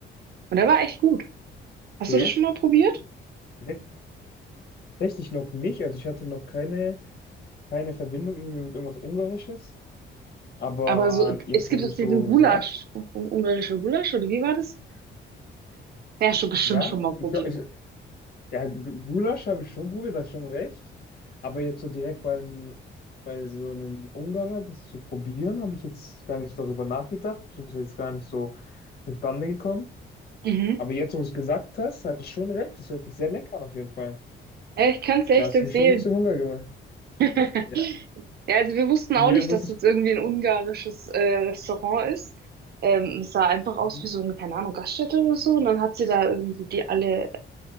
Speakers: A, on the right; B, on the left.
A: Und der war echt gut. Hast
B: Okay.
A: du das schon mal probiert?
B: Nee, Tatsächlich noch nicht. Also ich hatte noch keine, keine Verbindung irgendwie mit irgendwas Ungarisches. Aber
A: Aber so,
B: jetzt,
A: es gibt
B: wo du
A: auch
B: es
A: diesen
B: so
A: Gulasch,
B: sagst,
A: un- ungarischer Gulasch, oder wie war das? Ja, schon bestimmt
B: ja,
A: schon mal probiert.
B: ich glaube, Ja, G- Gulasch habe ich schon probiert, das ist schon recht. Aber jetzt so direkt beim, bei so einem Ungarer das zu probieren, habe ich jetzt gar nicht darüber nachgedacht. Das ist jetzt gar nicht so zustande gekommen.
A: Mhm.
B: Aber jetzt, wo du es gesagt hast, hast du schon recht. Das hört sich sehr lecker an auf jeden Fall.
A: Ja, ich kann es dir
B: Da
A: echt
B: hast
A: empfehlen.
B: du mir schon ein bisschen Hunger gemacht.
A: <laughs>
B: Ja.
A: Ja, also wir wussten
B: Nee,
A: auch nicht,
B: da muss
A: dass
B: ich.
A: es irgendwie ein ungarisches äh, Restaurant ist. Ähm, es sah einfach aus
B: Mhm.
A: wie so eine, keine Ahnung, Gaststätte oder so. Und dann hat sie da irgendwie die alle